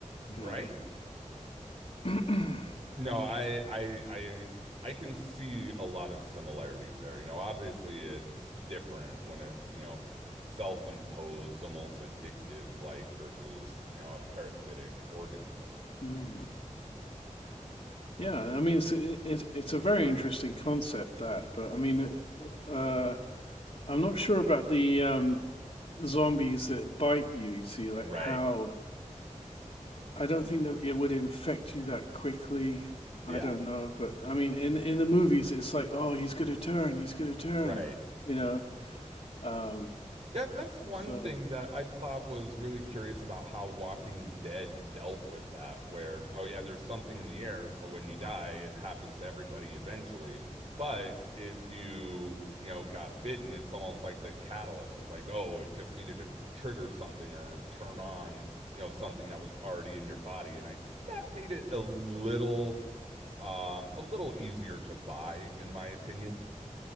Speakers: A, on the right; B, on the left.
A: Right?
B: You know. <clears throat>
A: No, I, I, I, I can see a lot of similarities there. You know, obviously it's different when it's, you know, self-imposed, almost addictive, like versus, you know, a parasitic organism.
B: Mm. Yeah, I mean, it's, it's it's a very interesting concept that, but I mean, uh, I'm not sure about the um, zombies that bite you. You see, like
A: Right.
B: how I don't think that it would infect you that quickly.
A: Yeah.
B: I don't know, but I mean, in in the movies, it's like, oh, he's gonna turn, he's gonna turn,
A: Right.
B: you know. Um,
A: That that's one
B: so,
A: thing that I thought was really curious about how Walking Dead dealt with that, where, oh yeah, there's something in the air, so when you die, it happens to everybody eventually. But if you, you know, got bitten, it's almost like the catalyst. It's like, oh, it just needed to trigger something or turn on, you know, something that was already in your body. And I that made it a little um a little easier to buy, in my opinion.